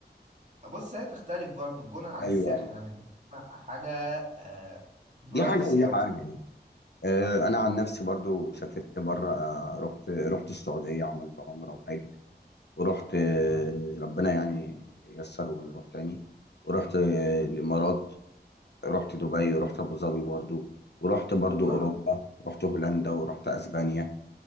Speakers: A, on the right; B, on the left.
A: بص هي تختلف برضه الجونة عن
B: ايوه
A: الساحل يعني الجونة حاجة آه برايفسي
B: دي حاجه ودي
A: أوي
B: حاجه يعني آه، انا عن نفسي برضو سافرت بره آه، رحت رحت السعوديه عملت عمره وحج ورحت آه،
A: آه
B: ربنا يعني يسر ونروح تاني ورحت آه، الامارات رحت دبي ورحت ابو ظبي برضو ورحت برضو
A: برضه
B: اوروبا رحت هولندا ورحت اسبانيا